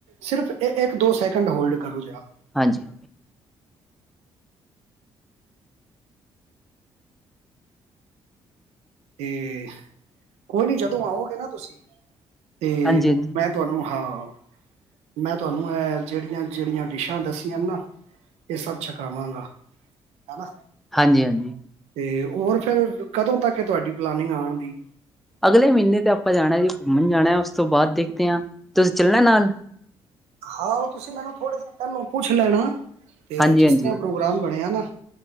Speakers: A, on the right; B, in the centre.
A: ਸਿਰਫ ਇਹ ਇੱਕ ਦੋ ਸੈਕਿੰਡ ਹੋਲਡ ਕਰੋ ਜਰਾ।
B: ਹਾਂਜੀ।
A: ਤੇ ਕੋਈ ਨੀ, ਜਦੋਂ ਆਉਗੇ ਨਾ ਤੁਸੀਂ, ਤੇ
B: ਹਾਂਜੀ,
A: ਮੈਂ ਤੁਹਾਨੂੰ ਹਾਂ, ਮੈਂ ਤੁਹਾਨੂੰ ਐਹ ਜਿਹੜੀਆਂ ਜਿਹੜੀਆਂ ਡਿਸ਼ਾਂ ਦੱਸੀਆਂ ਨਾ ਇਹ ਸਭ ਛਕਾਵਾਂਗਾ ਹਨਾ।
B: ਹਾਂਜੀ ਹਾਂਜੀ।
A: ਤੇ ਹੋਰ, ਫੇਰ ਕਦੋਂ ਤੱਕ ਤੁਹਾਡੀ ਪਲਾਨਿੰਗ ਆਣ ਦੀ।
B: ਅਗਲੇ ਮਹੀਨੇ ਤੇ ਆਪਾਂ ਜਾਣਾ ਜੀ ਘੁੰਮਣ ਜਾਣਾ, ਉਸ ਤੋਂ ਬਾਅਦ ਦੇਖਦੇ ਆ, ਤੁਸੀਂ ਚੱਲਣਾ ਨਾਲ?
A: ਹਾਂ, ਉਹ ਤੁਸੀਂ ਮੈਨੂੰ ਥੋੜੇ ਦਿਨ ਪਹਿਲੋਂ ਪੁੱਛ ਲੈਣਾ, ਤੇ
B: ਹਾਂਜੀ,
A: ਜਿਸ
B: ਹਾਂਜੀ।
A: ਤਰ੍ਹਾਂ ਪ੍ਰੋਗਰਾਮ ਬਣਿਆ ਨਾ